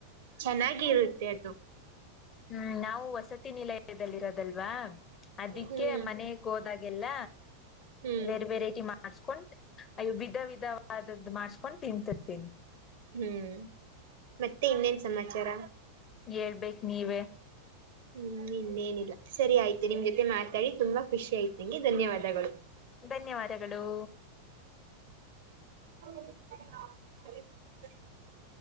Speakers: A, on the right; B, on the left.
A: ಚೆನ್ನಾಗಿರುತ್ತೆ ಅದು.
B: ಹ್ಮ್ ನಾವು ವಸತಿ ನಿಲಯದಲ್ಲಿರೋದಲ್ವಾ. ಅದಕ್ಕೆ
A: ಹ್ಮ್
B: ಮನೆಗೆ ಹೋದಗೆಲ್ಲ
A: ಹ್ಮ್
B: ಬೇರ್ ವೆರೈಟಿ ಮಾಡ. ಮಾಡಸ್ಕೊಂಡ್ ಅಲ್ ವಿಧ ವಿಧವಾದದ್ದು ಮಾಡ್ಸ್ಕೊಂಡ್ ತಿಂರ್ತೀನಿ.
A: ಹ್ಮ್ ಮತ್ತೆ ಇನ್ನೇನ್ ಸಮಾಚಾರ
B: ಹೇಳ್ಬೇಕು ನೀವೇ
A: ಹ್ಮ್ ಇನ್ನೇನಿಲ್ಲ ಸರಿ ಆಯ್ತು ನಿಮ್ ಜೊತೆ ಮಾತಾಡಿ ತುಂಬಾ ಖುಷಿ ಆಯ್ತು ಧನ್ಯವಾದಗಳು
B: ಧನ್ಯವಾದಗಳು
A: ಹ <inaudible>